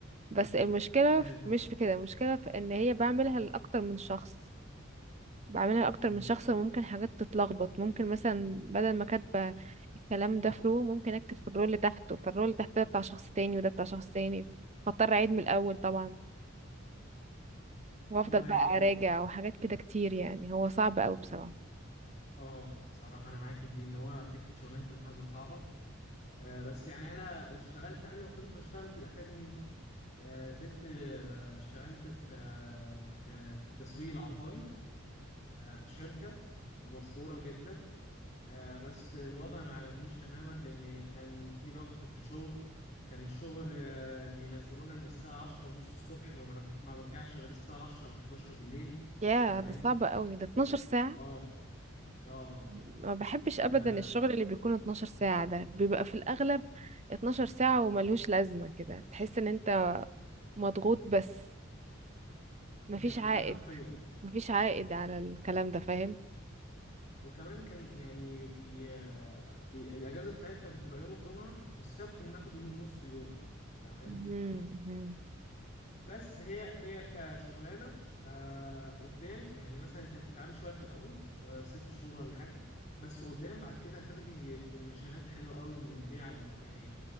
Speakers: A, on the right; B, on the left.
A: بس المشكله
B: حلو
A: في- مش في كده المشكله في ان هي بعملها لاكتر من شخص بعملها لاكتر
B: مم.
A: من شخص وممكن حاجات تتلخبط ممكن مثلا بدل ما كاتبه الكلام ده في رو ممكن اكتب في الرول اللي تحته فالرول اللي تحته ده بتاع شخص تاني وده بتاع شخص تاني فاضطر اعيد من الاول طبعا وافضل
B: هو يعني
A: بقى اراجع وحاجات كده كتير يعني هو صعب قوي بصراحه
B: آه بصراحة أنا معاكي في دي إن هو فكرة شغلانة المحاسبة صعبة آه بس يعني أنا اشتغلت قبل ما كنت بشتغل في الأكاديمي دي آه، نزلت آه، اشتغلت في آه، في تسويق عقاري آه، في شركة مشهورة جدا آه، بس الوضع ما عجبنيش تماما لأن كان في ضغط في الشغل كان الشغل آه، بينزلونا من الساعة عشرة ونص الصبح ما برج- ما برجعش غير الساعة عشرة أو حداشر بالليل
A: يا
B: فاهماني؟
A: ده صعب قوي ده 12 ساعة
B: اه اه
A: ما بحبش
B: آه،
A: ابدا الشغل اللي بيكون 12 ساعة ده بيبقى في الاغلب 12 ساعة وملهوش لازمة كده تحس ان انت مضغوط بس مفيش
B: ده
A: عائد
B: ده حرفيا
A: مفيش عائد على الكلام ده فاهم
B: وكمان كان يعني بي آه، بي- الأجازة بتاعتنا بتبقى يوم الجمعة والسبت بناخده يو- نص يوم فاهماني؟
A: مهم، مهم.
B: بس هي هي كشغلانه آه قدام يعني مثلا انت هتتعبي شويه في الاول آه ست شهور ولا حاجه بس قدام بعد كده هتاخدي كوميشنات حلوه قوي من البيعه اللي بتبيعيها